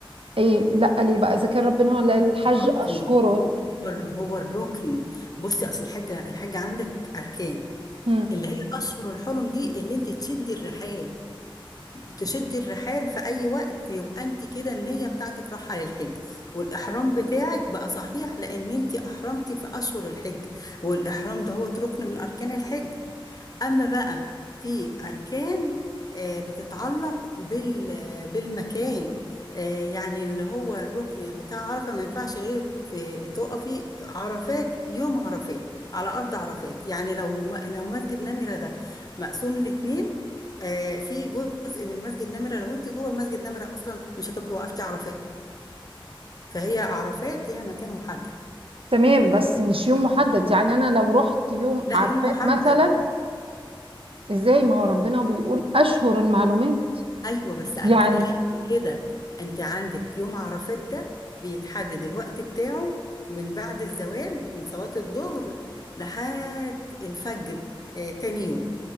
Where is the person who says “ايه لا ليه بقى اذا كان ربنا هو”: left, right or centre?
Right